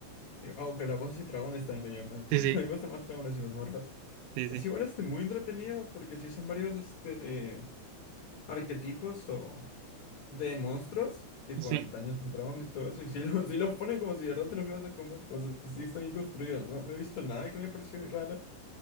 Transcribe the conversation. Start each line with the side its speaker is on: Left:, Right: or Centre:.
Left: Y- Ah, o Calabozos y Dragones también lo llaman. <laughs>
Right: Sí,
Left: A mí
Right: sí,
Left: me gusta más Dragones y Mazmorras.
Right: sí,
Left: Es
Right: sí.
Left: igual este muy entretenida porque sí son varios este arquetipos o de monstruos, tipo
Right: Sí.
Left: en Dungeons and Dragons y todo eso, y si los si los ponen como si de verdad te los ibas a comer. O sea, sí está bien construido, ¿no? No he visto nada que me haya parecido raro.